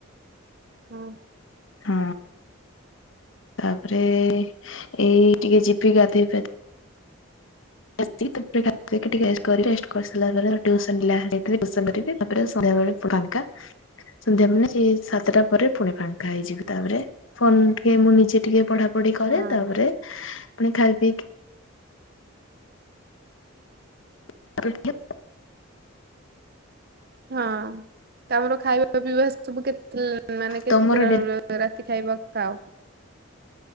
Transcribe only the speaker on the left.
ହଁ ତାପରେ ଏଇ ଟିକେ ଯିବି ଗାଧେଇ ପା ଆସିକି ତାପରେ ଭା ଖାଇକି ଟି ଏସ୍ କରି ରେଷ୍ଟ କରି ସାଇଲା ପରେ ହେଟୁ ଟିଉସନ୍ ଲା ହେଡି଼କି ଟିଉସନ୍ ବେଟିକି ତାପରେ ସନ୍ଧ୍ୟା ବେଳେ ପୁ ଖାଏ। କା ସନ୍ଧ୍ୟା ମାନେ ସେଇ ସାତଟା ପରେ ଫୁଣି ଫାଙ୍କା ହେଇଯିବି ତାପରେ ଫୋନ୍ ଟିକେ ମୁଁ ନିଜେ ଟିକେ ପଢ଼ାପଢ଼ି କରେ
ତାପରେ ପୁଣି ଖାଇ ଦେଇକି ତାପରେ ଟିକେ
ତମର
ଡେ